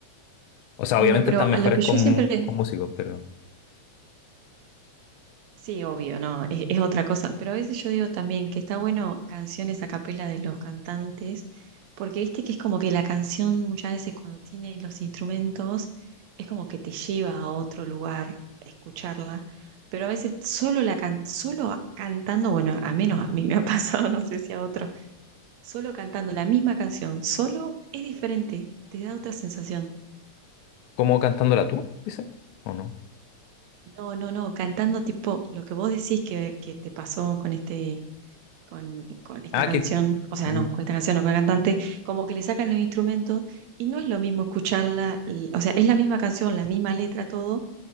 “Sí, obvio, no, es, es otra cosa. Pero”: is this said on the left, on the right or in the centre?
Right